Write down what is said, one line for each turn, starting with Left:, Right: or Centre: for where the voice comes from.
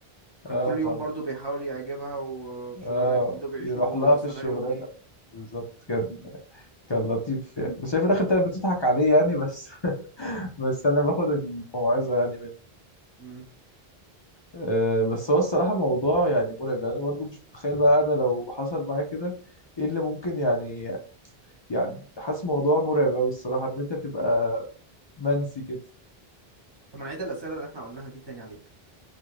Right: كان
Left: اه
Right: كل
Left: ما
Right: يوم برضو بيحاول يعجبها وبشغلانة
Left: اه
Right: جديدة وبيعيشوا
Left: يروح لها في
Right: سيناريو
Left: الشغلانه
Right: جديد
Left: بالظبط كان كان لطيف يعني بس هي في الاخر كانت بتضحك عليه يعني بس <laughs> بس انا باخد الموعظه يعني منه
Right: مم.
Left: آه بس هو الصراحه موضوع يعني مرعب يعني انا برضو مش متخيل بقى انا لو حصل معايا كده ايه اللي ممكن يعني يعني حاسس موضوع مرعب قوي الصراحه ان انت تبقى منسي كده
Right: طب ما نعيد الأسئلة اللي احنا قلناها دي تاني عليك